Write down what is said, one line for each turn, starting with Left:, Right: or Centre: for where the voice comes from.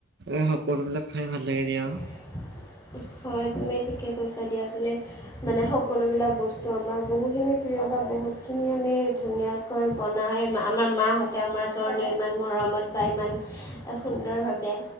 Right: এই সকলো বিলাক খাই ভাল লাগে দিয়া।
Left: <unintelligible> হয় তুমি ঠিকে কৈছা দিয়াচোন এই মানে সকলোবিলাক বস্তু আমাৰ বহুখিনি প্ৰিয় বা বহুতখিনি আমি ধুনীয়া কৈ বনায় এ আমাৰ মাহঁতে আমাৰ কাৰণে ইমান মৰমত বা ইমান এ সুন্দৰ ভাৱে